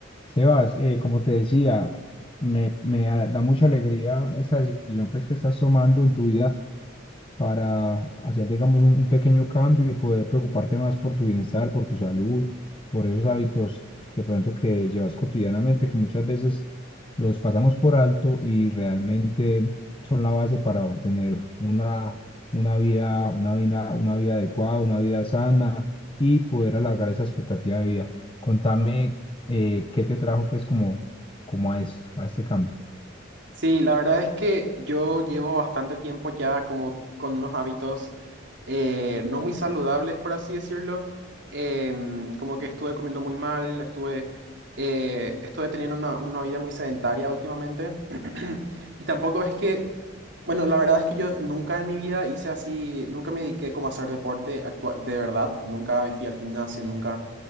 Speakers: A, on the left; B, on the right.
A: Sebas, eh, como te decía, me, me da da mucha alegría esta decisión pues, que estás tomando en tu vida para hacer, digamos, un, un pequeño cambio y poder preocuparte más por tu bienestar, por tu salud, por esos hábitos de pronto que llevas cotidianamente, que muchas veces los pasamos por alto y realmente son la base para tener una, una vida, una vida, una vida adecuada, una vida sana y poder alargar esa expectativa de vida. Contame, eh, ¿qué te trajo pues como, como a esto, a este cambio?
B: Sí, la verdad es que yo llevo bastante tiempo ya como con unos hábitos eh, no muy saludables, por así decirlo. Em, como que estuve comiendo muy mal, estuve, eh, estuve teniendo una, una vida muy sedentaria últimamente. <clears throat> Y tampoco es que, bueno, la verdad es que yo nunca en mi vida hice así, nunca me dediqué como a hacer deporte actua- de verdad, nunca me fui al gimnasio, nunca